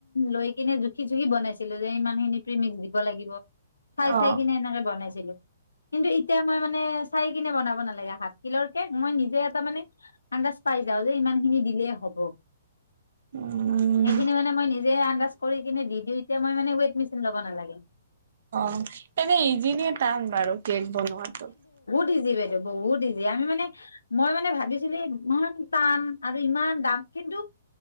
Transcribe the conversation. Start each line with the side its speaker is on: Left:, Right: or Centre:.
Left: লৈ কিনে জুখি জুখি বনাইছিলো যে ইমান খিনি প্ৰমিক্স দিব লাগ চাই
Right: অ
Left: চাই কিনে এনেকে বনাইছিলো কিন্তু এতিয়া মই মানে চাই কিনে বনাব নালাগে শাক তিলৰ কেক মই নিজে এটা মানে আন্দাজ পাই যাও যে ইমান খিনি দিলেই হব
Right: উম
Left: সেইখিনি মানে মই নিজে আন্দাজ কৰি কিনে দি দিওঁ এতিয়া মই মানে ৱেট মেচিন ল'ব নালাগে
Right: অ এনে ইজিনীয়ে টান বাৰু কেক ব নোহোৱাটো
Left: বিজি বাইদেউ বহুত ইজি আমি মানে মই মানে মানে ভাবিছিলি ইমান টান আৰু ইমান দাম কিন্তু